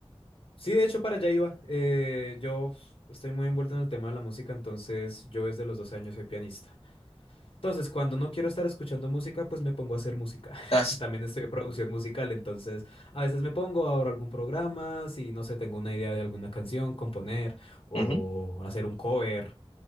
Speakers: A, on the left (about 65°); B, on the left (about 90°).
A: Sí, de hecho, para allá iba. Eh, yo estoy muy envuelto en el tema de la música, entonces yo desde los 12 años soy pianista. Entonces, cuando no quiero estar escuchando música, pues me pongo a hacer música. <laughs>
B: Ah, sí.
A: También estoy en producción musical, entonces a veces me pongo, abro algún programa, si no sé, tengo una idea de alguna canción, componer o
B: Ujú.
A: hacer un cover.